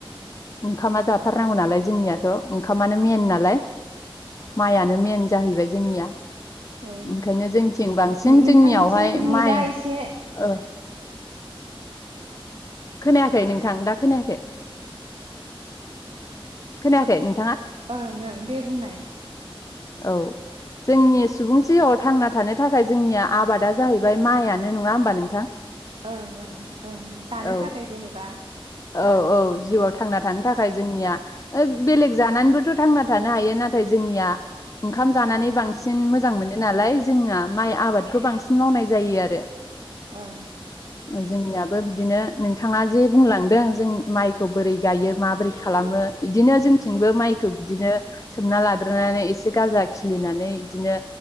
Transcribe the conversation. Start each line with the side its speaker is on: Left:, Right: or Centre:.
Left: ओंखामा जाथारनांगौ नालाय जोंनियाथ' ओंखामानो मेन नालाय माइयानो मेन जाहैबाय जोंनिया
Right: औ
Left: ओंखायनो जोंथिं बांसिन
Right: नोंथांनिथिं
Left: जोंनियावहाय
Right: नेटआ
Left: माइ
Right: एसे
Left: ओ
Right: <unintelligible>
Left: खोनायाखै नोंथां दा खोनायाखै खोनायाखै नों
Right: ओं ओं दे बुंनाय।
Left: औ जोंनि सुबुं जिआव थांना थानो थाखाय जोंनिया आबादा जाहैबाय माइयानो नङा होमबा नों
Right: ओं ओं ओं जानो
Left: औ
Right: थाखाय जेनेबा
Left: औ औ जिउआव थांना थानो थाखाय जोंनिया ओ बेलेग जानानैबोथ' थांना थानो हायो नाथाय जोंनिया ओंखाम जानानै बांसिन मोजां मोनो नालाय जोंनिया माइ आबादखौ बांसिन मावनाय जायो आरो
Right: ओं
Left: जोंनियाबो बिदिनो नोंथाङा जे बुंलां दों जों माइखौ बोरै गायो माबोरै खालामो बिदिनो जोंथिंबो
Right: ओं
Left: माइखौ बिदिनो सोमना लाग्रोनानै एसे गाजा खिलिनानै बिदिनो